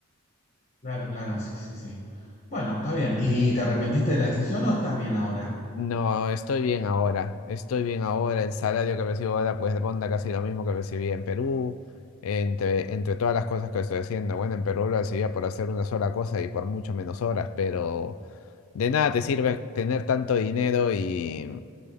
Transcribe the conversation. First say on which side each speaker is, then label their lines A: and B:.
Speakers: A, on the left; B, on the left.
A: Claro, claro, sí, sí, sí. Bueno, está bien. ¿Y te arrepentiste de la decisión o estás bien ahora?
B: No, estoy bien ahora. Estoy bien ahora. El salario que recibo ahora, pues ronda casi lo mismo que recibí en Perú. Entre, entre todas las cosas que estoy haciendo. Bueno, en Perú lo recibía por hacer una sola cosa y por mucho menos horas, pero de nada te sirve tener tanto dinero y.